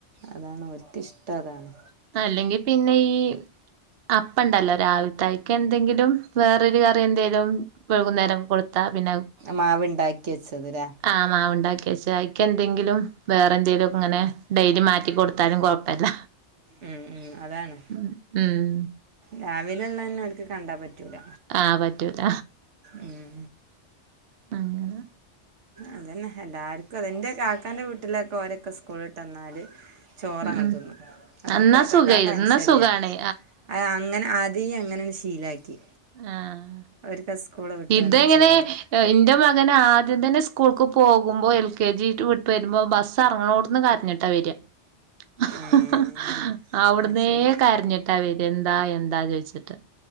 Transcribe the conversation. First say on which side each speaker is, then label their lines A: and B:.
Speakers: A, on the right; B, on the right.
A: അതാണ് ഒരിക്ക് ഇഷ്ടം അതാണ്.
B: അല്ലെങ്കിൽ പിന്നെ ഈ അപ്പം ഉണ്ടല്ലോ രാവിലത്തായിട്ട് ക്കെ എന്തെങ്കിലും വേറൊരു കറിം എന്തെലും വൈകുന്നേരം കൊടുത്താ പിന്നെ
A: മാവ് ണ്ടാക്കി വെച്ചത് ല്ലേ.
B: ആ മാവ് ഉണ്ടാക്കിവച്ച അയിക്ക് എന്തെങ്കിലും വേറെ എന്തെലും ഒക്കെ ഇങ്ങനെ ഡൈലി മാറ്റി കൊടുത്താലും കുഴപ്പല്ല.
A: ഉം ഉം അതാണ്.
B: ഉം ഉം
A: രാവിലെ ഉള്ളത് തന്നെ ഓല്ക്ക് കണ്ടാൽ പറ്റൂല.
B: ആഹ് പറ്റൂല.
A: ഉം.
B: അങ്ങനെ
A: അതന്നെ എല്ലാർക്കും അതെ ന്റെ കാക്കാന്റെ വീട്ടിലൊക്കെ ഓരൊക്കെ സ്കൂളിട്ട് വന്നാല് ചോർ അങ്ങട്ട്
B: ഉം
A: തിന്നും. അതുകൊണ്ട്
B: അന്നാ
A: താത്താക്കാ
B: സുഖായിരുന്നു
A: ടെൻഷൻ
B: ഇന്നാ സുഖാണ്
A: ഇല്ല. ആഹ് അങ്ങനെ ആദ്യ അങ്ങനെയണ്ട് ശീലാക്കി.
B: ആഹ
A: ഓര്ക്ക് സ്കൂള് വിട്ട്
B: ഇതെങ്ങനെ
A: വന്നാ ചോറ്
B: ഇന്റെ മ അങ്ങനെ ആദ്യം തന്നെ സ്കൂൾക്ക് പോകുമ്പോൾ എൽ കെ ജി വിട്ട് വരുമ്പോ ബസ് അറങ്ങണോട്ത്ത്ന്ന് കരഞ്ഞിട്ടാ വര്യ ഹ
A: ഏഹ്
B: ഹ അവിട്ന്നേ
A: അത് ശരി
B: കരഞ്ഞിട്ടാ വര്യ എന്താ എന്താ ചോയ്ച്ചിട്ട്